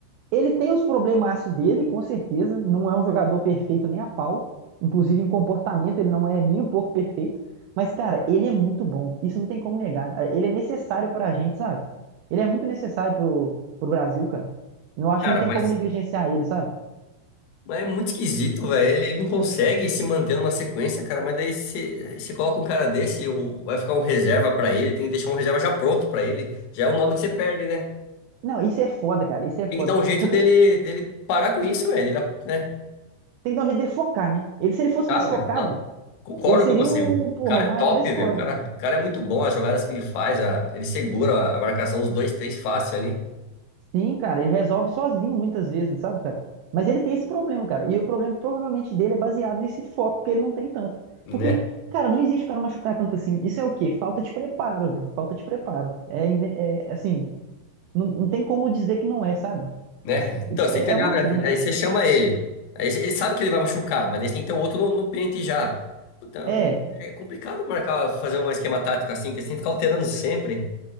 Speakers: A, on the right (about 85°); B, on the left (about 80°).
A: Ele tem os problemaços dele, com certeza. Não é um jogador perfeito nem a pau. Inclusive, em comportamento, ele não é nem um pouco perfeito. Mas, cara, ele é muito bom. Isso não tem como negar. Ele é necessário pra gente, sabe? Ele é muito necessário pro, pro Brasil, cara. Eu acho
B: Cara,
A: que não tem
B: mas,
A: como negligenciar ele, sabe?
B: mas é muito esquisito, velho. Ele não consegue se manter numa sequência, cara. Mas daí você você coloca um cara desse, o- vai ficar um reserva pra ele, tem que deixar um reserva já pronto pra ele. Já é o nome que você perde, né?
A: Não, isso é foda, cara. Isso é
B: Tem
A: foda.
B: que dar um jeito
A: Porque
B: dele, dele parar com isso, velho. Ele, né?
A: tem que dar um jeito dele focar, né? Ele, se ele fosse
B: Ah,
A: mais
B: velho.
A: focado,
B: Não, concordo
A: ele seria
B: com você.
A: o,
B: O, o
A: porra,
B: cara
A: o maior
B: é top,
A: da história.
B: velho. O cara,
A: né?
B: o cara é muito bom. As jogadas que ele faz, a- ele segura a marcação dos dois, três fácil ali,
A: Sim, cara, ele resolve sozinho muitas vezes, sabe, cara? Mas ele tem esse problema, cara. E o problema provavelmente dele é baseado nesse foco que ele não tem tanto.
B: né?
A: Porque, cara, não existe o cara machucar tanto assim. Isso é o quê? Falta de preparo, velho. Falta de preparo. É, ine- é, assim, não, não tem como dizer que não é, sabe?
B: Né? Então, você
A: É,
B: entendeu,
A: é uma
B: né?
A: pena, cara.
B: Aí você chama ele. Aí ele sabe que ele vai machucar, mas ele tem que ter um outro no, no pente já. Então,
A: É.
B: é complicado marcar, fazer um esquema tático assim, que você tem que ficar alterando sempre.